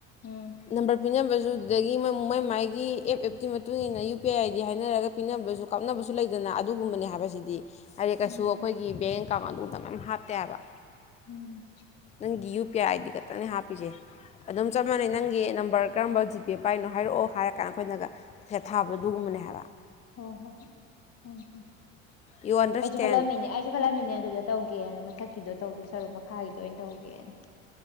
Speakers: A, on the left; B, on the left.
A: ꯎꯝ
B: ꯅꯝꯕꯔ ꯄꯤꯅꯕꯁꯨ ꯑꯗꯨꯗꯒꯤ ꯃꯥꯏ ꯃꯥꯏꯒꯤ ꯑꯦꯞ ꯑꯦꯞꯀꯤ ꯃꯇꯨꯡ ꯏꯟꯅ ꯌꯨ ꯄꯤ ꯑꯥꯏ ꯑꯥꯏꯗꯤ ꯍꯥꯏꯅꯔꯒ ꯄꯤꯅꯕꯁꯨ ꯀꯞꯅꯕꯁꯨ ꯂꯩꯗꯅ ꯑꯗꯨ ꯑꯗꯨꯒꯨꯝꯕꯅꯦ ꯍꯥꯏꯕꯁꯤꯗꯤ ꯍꯥꯏꯗꯤ ꯀꯩꯁꯨ
A: ꯎꯝ
B: ꯑꯩꯈꯣꯏꯒꯤ ꯕꯦꯡ ꯀꯥꯉ ꯑꯗꯨꯗꯅ ꯍꯥꯇꯦꯕ
A: ꯎꯝ
B: ꯅꯪꯒꯤ U P I I D ꯈꯛꯇꯪꯅꯦ ꯍꯥꯞꯄꯤꯁꯦ ꯑꯗꯨꯝ ꯆꯞ ꯃꯥꯟꯅꯩ ꯅꯪꯒꯤ ꯅꯝꯕꯔ ꯀꯔꯝꯕ ꯖꯤꯄꯦ ꯄꯥꯏꯔꯤꯅꯣ ꯍꯥꯏꯔꯛꯑꯣ ꯍꯥꯏꯔ ꯀꯥꯟꯗ ꯑꯩꯈꯣꯏꯅꯒꯦ ꯊꯥꯕꯗꯣ ꯑꯗꯨꯒꯒꯨꯝꯕꯅꯦ ꯍꯥꯏꯕ
A: ꯍ ꯍꯣ ꯍ ꯎꯝ ꯍ ꯑꯩꯁꯨ
B: ꯌꯨ ꯑꯟꯗꯔꯁꯇꯦꯟ
A: ꯈꯜꯂꯝꯃꯤꯅꯦ ꯑꯩꯁꯨ ꯈꯜꯂꯝꯃꯤꯅꯦ ꯑꯗꯨꯗ ꯇꯧꯒꯦꯅ ꯃꯊꯛ ꯀꯗꯣ ꯇꯧꯗꯣ ꯁꯔꯨꯛ ꯃꯈꯥꯒꯤꯗꯣ ꯑꯣꯏꯅ ꯇꯧꯒꯦꯅ